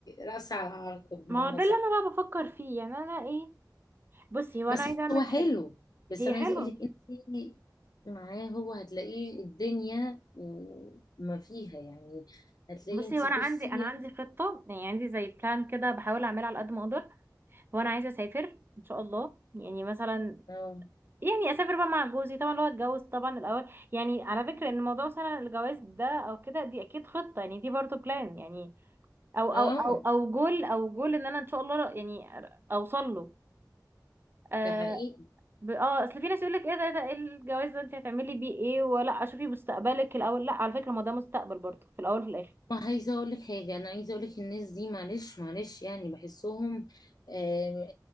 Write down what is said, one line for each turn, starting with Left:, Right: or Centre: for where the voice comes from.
Left: رأس على عقب بمعنى
Right: ما هو ده
Left: صح
Right: اللي انا بقى بفكر فيه يعني انا ايه بصي هو انا
Left: بس
Right: عايزه اعمل
Left: هو حلو
Right: حاجه
Left: بس
Right: هي
Left: انا
Right: حلوه
Left: عايزه اقول لك انت معاه هو هتلاقيه الدنيا وما فيها يعني هتلاقي
Right: بصي
Left: انت
Right: هو انا عندي
Left: بصي
Right: انا عندي خطه يعني عندي زي بلان كده بحاول اعملها على قد ما اقدر هو انا عايزه اسافر ان شاء الله يعني مثلا
Left: اه
Right: يعني اسافر بقى مع جوزي طبعا اللي هو اتجوز طبعا الاول يعني على فكره ان موضوع مثلا الجواز ده او كده دي اكيد خطه يعني دي برضه بلان يعني او
Left: اه
Right: او او او جول او جول ان انا ان شاء الله يعني اوصل له آه،
Left: ده حقيقي
Right: ب... اه اصل في ناس يقول لك ايه ده ده ايه الجواز ده انت هتعملي بيه ايه ولا شوفي مستقبلك الاول لا على فكره ما ده مستقبل برضه في الاول وفي الاخر
Left: ما عايزه اقول لك حاجه انا عايزه اقول لك الناس دي معلش معلش يعني بحسهم آه